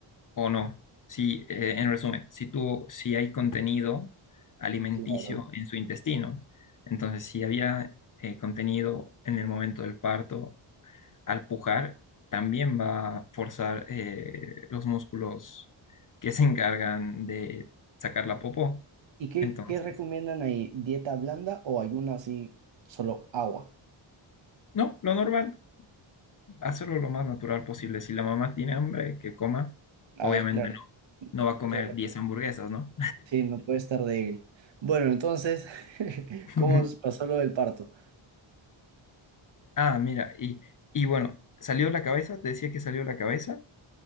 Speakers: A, on the left; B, on the right.
A: o no. Si, eh, en resumen, si tú, si hay contenido alimenticio
B: Claro.
A: en su intestino, entonces si había eh, contenido en el momento del parto, al pujar, también va a forzar eh, los músculos que se encargan de sacar la popó.
B: ¿Y qué,
A: Entonces,
B: qué recomiendan ahí? ¿Dieta blanda o ayuno así, solo agua?
A: no, lo normal, hacerlo lo más natural posible. Si la mamá tiene hambre, que coma.
B: Ah,
A: Obviamente
B: claro,
A: no, no va a comer
B: claro.
A: 10 hamburguesas, ¿no?
B: Sí, no puede estar débil. Bueno, entonces, <laughs>
A: <laughs>
B: ¿cómo pasó lo del parto?
A: Ah, mira, y, y bueno, salió la cabeza, te decía que salió la cabeza,